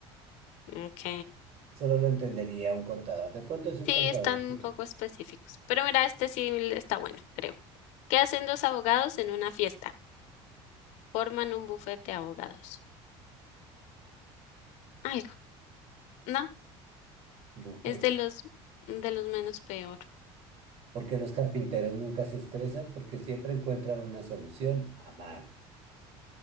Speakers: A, on the left (about 75°); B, on the right (about 55°).
A: ok.
B: Solo lo entendería un contador. De pronto si un
A: Sí,
B: contador
A: están
B: escucha
A: un poco específicos Pero mira, este sí está bueno, creo. ¿Qué hacen dos abogados en una fiesta? Forman un bufete de abogados. Algo, ¿no?
B: bufete,
A: Es de los, de los menos peores.
B: porque los carpinteros nunca se estresan porque siempre encuentran una solución a mano.